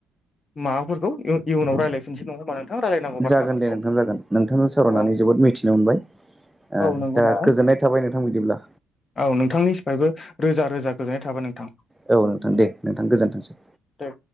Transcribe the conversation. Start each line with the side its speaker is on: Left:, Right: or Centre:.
Left: माबाफोरखौ इयुनाव रायज्लायफिनसै नङा होमबा नोंथां रायलायनांगौ बाथ्राफोरखौ
Centre: जागोन दे नोंथां जागोन नोंथांजों सावरायनानै
Left: औ
Centre: जोबोद मिथिनो मोनबाय ओह
Left: औ नंगौ
Centre: दा
Left: नोंथां
Centre: गोजोननाय थाबाय नोंथां बिदिब्ला
Left: औ नोंथांनिफ्रायबो रोजा रोजा गोजोननाय थाबाय नोंथां
Centre: औ नोंथां दे नोंथां गोजोनथोंसै
Left: दे